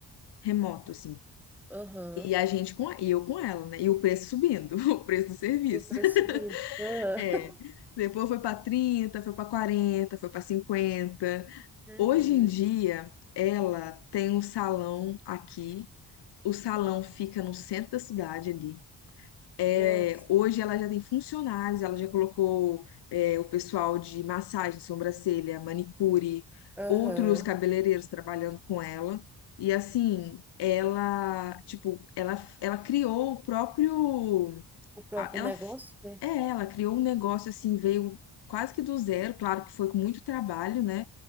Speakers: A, on the left; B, in the centre.
A: remoto, assim.
B: aham.
A: E a gente com, e eu com ela, né? E o preço subindo, <laughs> o preço do serviço.
B: E o preço
A: <laughs>
B: subindo. Aham.
A: É.
B: <laughs>
A: Depois foi para 30, foi para 40, foi para 50.
B: Uhum.
A: Hoje em dia, ela tem um salão aqui. O salão fica no centro da cidade ali. É,
B: Nossa.
A: hoje ela já tem funcionários, ela já colocou é, o pessoal de massagem, sobrancelha, manicure,
B: Aham.
A: outros cabeleireiros trabalhando com ela. E assim, ela, tipo, ela, ela criou o próprio,
B: O próprio
A: a- ela,
B: negócio,
A: f-
B: né?
A: é, ela criou um negócio assim, veio quase que do zero, claro que foi com muito trabalho, né?